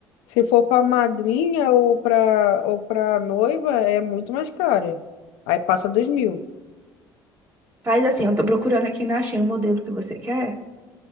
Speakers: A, on the left (about 85°); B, on the right (about 25°).
A: se for para madrinha ou para ou para noiva, é muito mais cara Aí passa dois mil.
B: Faz assim, eu tô procurando aqui, não achei o modelo que você quer.